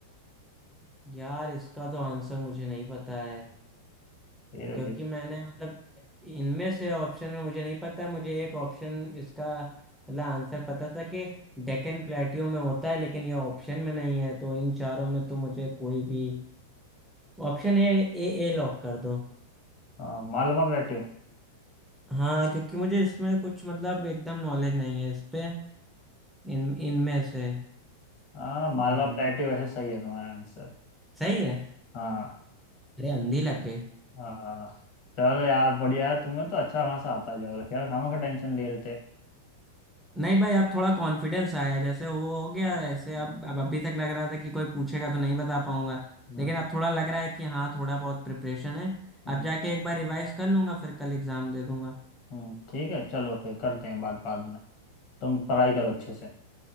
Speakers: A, in the centre; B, on the left (about 50°).
A: यार इसका तो आंसर मुझे नहीं पता है
B: फिर
A: क्योंकि
B: भी
A: मैंने मतलब इनमें से ऑप्शन में मुझे नहीं पता है मुझे एक ऑप्शन इसका मतलब आंसर पता था कि डेक्कन प्लेटियो में होता है लेकिन ये ऑप्शन में नहीं है तो इन चारों में तो मुझे कोई भी option A A A lock कर दो
B: अ, मालवा प्लेट्यू
A: हाँ क्योंकि मुझे इसमें कुछ मतलब एकदम नॉलेज नहीं है इस पे इन इनमें से
B: हाँ मालवा
A: हम्म
B: प्लेट्यू वैसे सही है तुम्हारा आंसर
A: सही है
B: हाँ
A: अरे अंधी लग गई
B: हाँ चलो यार बढ़िया है, तुम्हें तो अच्छा खासा आता है ज्योग्राफी यार खामा खा टेंशन ले रहे थे
A: नहीं भाई अब थोड़ा कॉन्फिडेंस आया जैसे वो हो गया
B: हाँ,
A: ऐसे अब
B: हम्म
A: अब अभी तक लग रहा था कि कोई पूछेगा तो नहीं बता पाऊंगा
B: हम्म,
A: लेकिन अब थोड़ा लग रहा है कि हाँ थोड़ा बहुत प्रिपरेशन है
B: हम्म।
A: अब जाके एक बार रिवाइज कर लूंगा फिर कल एग्जाम दे दूंगा
B: हम्म ठीक है चलो फिर करते हैं बात बाद में तुम पढ़ाई करो अच्छे से